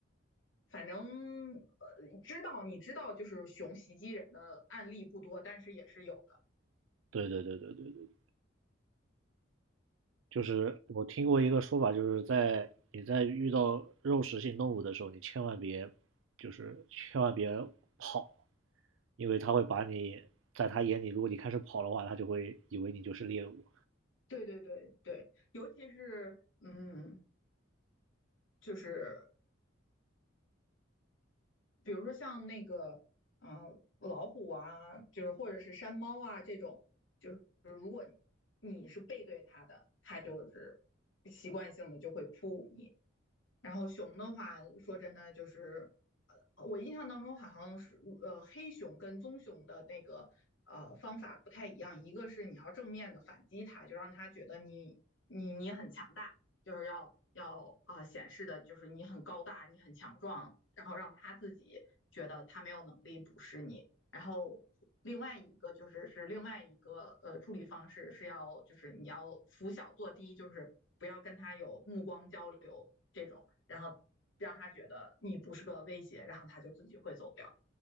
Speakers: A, on the left (about 80°); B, on the right (about 85°).
A: 反正呃知道你知道就是熊袭击人的案例不多，但是也是有的。
B: 对对对对对对。就是我听过一个说法，就是在你在遇到肉食性动物的时候，你千万别，就是千万别跑，因为它会把你，在它眼里，如果你开始跑的话，它就会以为你就是猎物。
A: 对对对对，尤其是嗯，就是比如说像那个嗯，老虎啊，就是或者是山猫啊这种，就是如果你是背对它的，它就是习惯性的就会扑你。然后熊的话，说真的就是，呃，我印象当中好像是，呃，黑熊跟棕熊的那个呃方法不太一样，一个是你要正面的反击它，就让它觉得你你你很强大，就是要要呃显示的就是你很高大，你很强壮，然后让它自己觉得它没有能力捕食你。然后另外一个就是是另外一个呃处理方式是要就是你要拂小作低，就是不要跟他有目光交流这种，然后让他觉得你不是个威胁，然后他就自己会走掉。